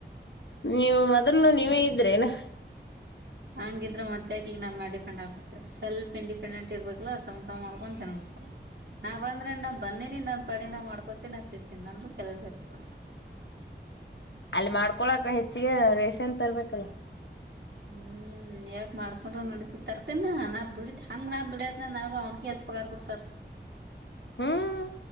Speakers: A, on the left; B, on the right.
A: ನೀವು ಮೊದ್ಲುನು ನೀವೇ ಇದ್ರೇನಾ
B: ಹಂಗಿದ್ರೆ ಮೆ ಈಗ ನಮ್ಮೇ ಡಿಪೆಂಡ್ ಆಗ್ಬೇಕು ಸೆಲ್ಫ ಇಂಡಿಪೆಂಟ್ ಇರ್ಬೇಕು ಅ ತವು ಮಾಡ್ಕೊಂಡು ತಿನ್ಬೇಕು ನಾವ್ ಅಂದ್ರೆ ನಾ ಬಂದೀಿನಿ ನನ್ ಪ ನ ನಾ್ ಮಾಡ್ಕೊತೀನ ಹತ್ತತೀನಿ ನಂದು ಕೆಲಸ ಇತವ
A: ಅಲ್ಲಿ ಮಾಡ್ಕೊಳಕ ಹೆಚ್ಚಿಗೆ ರೇಷನ್ ತರ್ಬೇಕಲ್ಲ
B: ಹ್ಮ್ ಹ್ಮ ಯಾಕ ಮಾಡಕೊಂಡ್ ನಡಿತತಿ ತರ್ತೀನ ನಾ ದುಡಿತತ್ ಹಂಗ ನನ್ ದುಡಿಯತ್ನ ನನಗ ಅವ್ನಿಗೆ ಹೆಚ್ಚುಪಗಾರ್ ಕೊಡ್ತಾರ
A: <unintelligible> ಹ್ಮ್